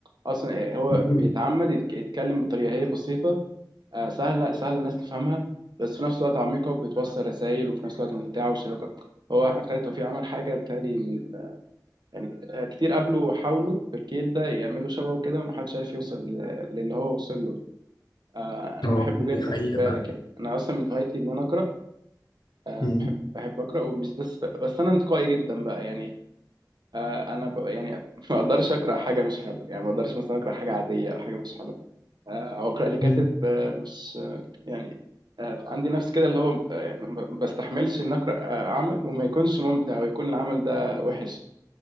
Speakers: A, on the right (about 80°); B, on the left (about 75°).
A: اصلا هو
B: مم.
A: بيتعمد يتك- يتكلم بطريقه هي بسيطه آه سهله سهله الناس تفهمها بس في نفس الوقت عميقه وبتوصل رسائل وفي نفس الوقت ممتعه وشيقه هو احمد خالد توفيق عمل حاجه بتالي من يعني آه، كتير قبله حاولوا في الجيل ده يعملوا شبهه كده ومحدش عارف يوصل ل- للي هو وصل له يعني آه انا
B: آه،
A: بحبه
B: دي
A: جدا
B: حقيقة
A: خد بالك
B: بقى
A: يعني انا اصلا من هوايتي ان انا اقرا آه،
B: مم.
A: بحب بحب اقرا ومش بس بس انا انتقائي جدا بقى يعني آه، انا ب... يعني <laughs> ما اقدرش اقرا حاجه مش حلوه يعني ما اقدرش مثلا اقرا حاجه عاديه او حاجه مش حلوه آه، او اقرا لكاتب
B: مم.
A: آه، مش آه، يعني آه، عندي نفس كده اللي هو آه، يعني ما بستحملش ان اقرا آه، عمل وما يكونش ممتع ويكون العمل ده وحش